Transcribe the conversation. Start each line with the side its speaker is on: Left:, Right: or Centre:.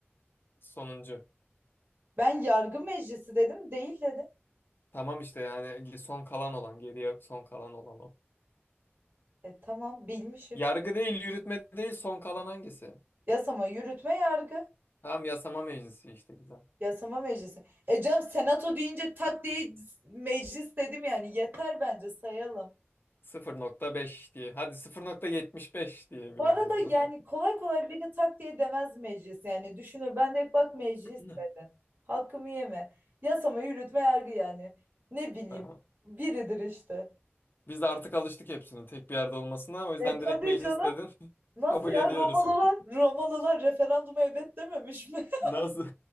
Left: sonuncu.
Right: Ben yargı meclisi dedim. Değil dedi.
Left: Tamam işte yani son kalan olan geriye son kalan olan o.
Right: E tamam bilmişim.
Left: Yargı değil, yürütme değil, son kalan hangisi?
Right: Yasama, yürütme, yargı.
Left: Tamam yasama meclisi işte güzel.
Right: Yasama meclisi. E canım senato deyince tak diye meclis dedim yani. Yeter bence sayalım.
Left: 0.5 diye. Hadi 0.75 diyebiliriz
Right: Bu arada yani
Left: buna.
Right: kolay kolay biri tak diye demez meclis. Yani düşünür ben de bak meclis
Left: <laughs>
Right: dedim.
Left: <laughs>
Right: Hakkımı yeme. Yasama, yürütme, yargı yani. Ne bileyim.
Left: Tamam.
Right: Biridir işte.
Left: Biz de artık alıştık hepsinin tek bir yerde olmasına. O yüzden
Right: E tabii
Left: direkt meclis
Right: canım.
Left: dedin. <laughs>
Right: Nasıl
Left: Kabul
Right: ya
Left: ediyoruz.
Right: Romalılar Romalılar referanduma evet dememiş mi? <laughs>
Left: Nasıl?